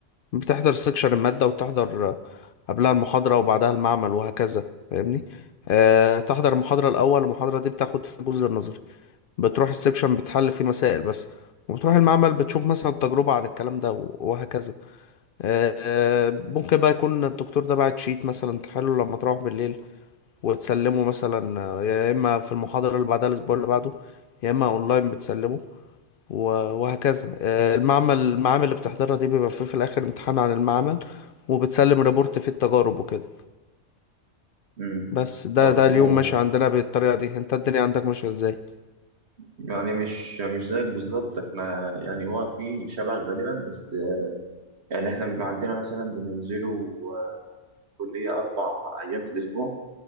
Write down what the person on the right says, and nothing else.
امم
طب
هو
يعني مش مش زيك بالظبط احنا يعني هو في شبه غالبا بس يعني احنا بيبقى عندنا مثلا بننزلوا آه، الكلية أربع أيام في الأسبوع